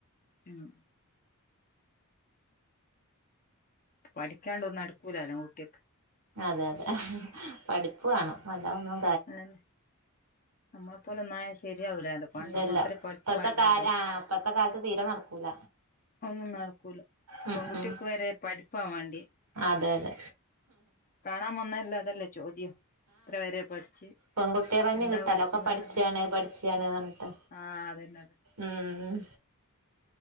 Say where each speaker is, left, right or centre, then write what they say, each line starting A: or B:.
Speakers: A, on the left; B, on the right.
A: മ് പഠിക്കാണ്ട് ഒന്നും നടക്കൂലല്ലോ കുട്ടി
B: അതെ അതെ പഠിപ്പ് വാണം അതാ ഒന്ന
A: അന്നേ നമ്മളെപ്പോലെന്നായ ശരിയാവൂലാലോ പണ്ടൊന്നും
B: ഇല്ലല്ല
A: അത്ര പഠിപ്പ്
B: ഇപ്പത്തെ
A: വേണ്ടാലോ
B: കാല ആഹ് ഇപ്പത്തെ കാലത്ത് തീരെ നടക്കൂല
A: ഒന്നും നടക്കൂല
B: ഉം
A: പ്പെങ്കുട്ട്യാക്ക്
B: ഉം
A: വരെ പഠിപ്പാ വാണ്ട്യെ
B: അതെ അതെ
A: കാണാൻവന്നല്ലഅതല്ലേ ചോദ്യം ത്ര വരെ പഠിച്ച്
B: പെങ്കുട്ട്യാളന്നെ
A: എന്താ
B: കിട്ടാല്ല
A: പഠിക്കുന്നേന്നുള്ള
B: ഒക്കെ പഠിച്ചാണ് പഠ്ച്ചാണ് അർഞ്ഞിട്ട്
A: ആഹ് അതന്നെ അതന്നെ
B: ഉം